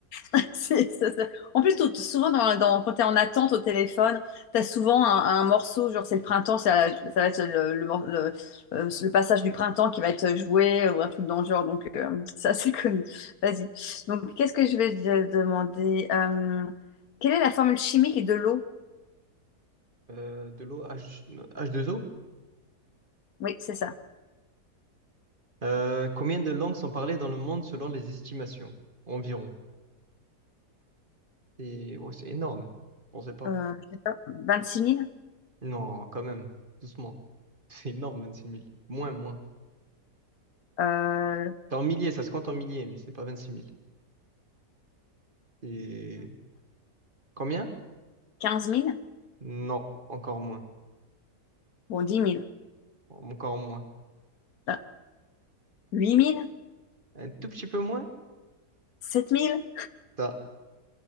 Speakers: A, on the left; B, on the right.
A: <laughs> C'est- ça- ça- En plus, tout- souvent, dans, dans- quand tu es en attente au téléphone, tu as souvent un, un morceau, genre c'est le printemps, ça, ça va être le, le mor- le- euh, le passage du printemps qui va être joué ou un truc dans le genre, donc euh, ça, c'est connu. Vas-y. Donc, qu'est-ce que je vais te demander? Euh, quelle est la formule chimique de l'eau?
B: Euh, de l'eau H... deux o
A: Oui, c'est ça.
B: Euh, combien de langues sont parlées dans le monde selon les estimations? Environ. C'est ouais, c'est énorme. On sait pas.
A: Euh, je sais pas, 26 000?
B: Non, quand même. Doucement. <laughs> C'est énorme, vingt-six mille. Moins, moins.
A: Euh,
B: C'est en milliers, ça se compte en milliers, mais c'est pas vingt-six mille. C'est combien?
A: quinze mille
B: Non, encore moins.
A: Bon, dix mille
B: Encore moins.
A: Euh, 8 000?
B: Un tout petit peu moins?
A: 7 000?
B: Ça.